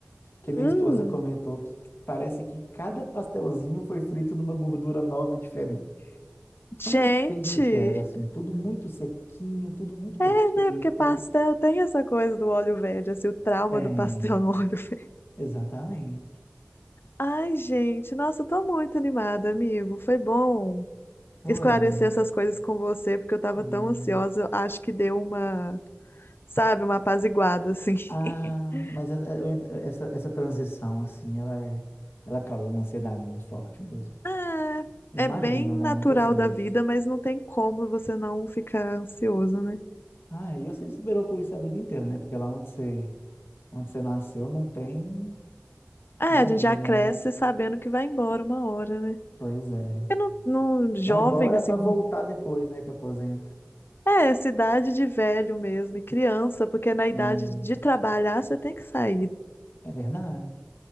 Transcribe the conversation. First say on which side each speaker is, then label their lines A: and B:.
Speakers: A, on the left; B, on the left.
A: que minha
B: Hum,
A: esposa comentou que parece que cada pastelzinho foi frito numa gordura nova e diferente.
B: gente.
A: Tão perfeito que era, assim, tudo muito sequinho, tudo muito
B: É,
A: perfeito.
B: né? Porque pastel tem essa coisa do óleo verde, assim, o trauma
A: Tem,
B: do pastel no óleo <laughs> verde.
A: exatamente.
B: Ai, gente, nossa, eu tô muito animada, amigo. Foi bom
A: Oi,
B: esclarecer
A: amigo.
B: essas coisas com você, porque eu tava
A: Não.
B: tão ansiosa. Eu Acho que deu uma, sabe, uma apaziguada, assim.
A: Ah,
B: <laughs>
A: mas a- a- eu ent- essa, essa transição, assim, ela é, ela causa uma ansiedade muito forte mesmo.
B: Ah,
A: Eu
B: é
A: imagino,
B: bem
A: né?
B: natural
A: Nunca fiz.
B: da vida, mas não tem como você não ficar ansioso, né?
A: Ah, e você esperou por isso a vida inteira, né? Porque lá onde você, onde você nasceu não tem
B: É,
A: nadinha,
B: a gente já cresce
A: né?
B: sabendo que vai embora uma hora, né?
A: Pois é.
B: Porque no, no jovem,
A: Vai embora
B: assim,
A: para voltar depois, né, que aposenta.
B: É, cidade de velho mesmo, e criança, porque na idade
A: Sim,
B: de trabalhar você tem que sair.
A: é verdade.